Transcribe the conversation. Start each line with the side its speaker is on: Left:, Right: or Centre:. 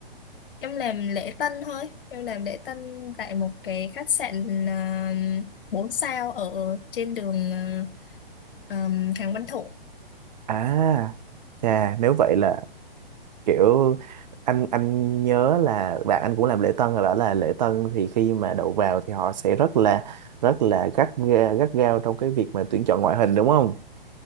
Left: em làm lễ tân thôi em làm lễ tân tại một cái khách sạn à, 4 sao ở trên đường à, ừm, Hàng Văn Thụ
Right: À, chà, nếu vậy là kiểu anh anh nhớ là bạn anh cũng làm lễ tân rồi bảo là lễ tân thì khi mà đậu vào thì họ sẽ rất là rất là gắt ga- gắt gao trong cái việc mà tuyển chọn ngoại hình đúng không?